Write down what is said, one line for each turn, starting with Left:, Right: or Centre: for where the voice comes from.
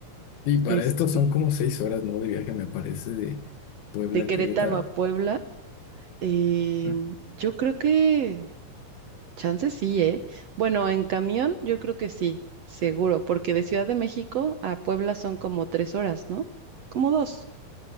Left: Y para
Right: Este,
Left: esto son como seis horas, ¿no? De viaje, me parece, de Puebla
Right: de
Left: a
Right: Querétaro
Left: Querétaro.
Right: a Puebla, em,
Left: Mm,
Right: yo creo que chance sí, ¿eh? Bueno, en camión yo creo que sí, seguro, porque de Ciudad de México a Puebla son como tres horas, ¿no? Como dos.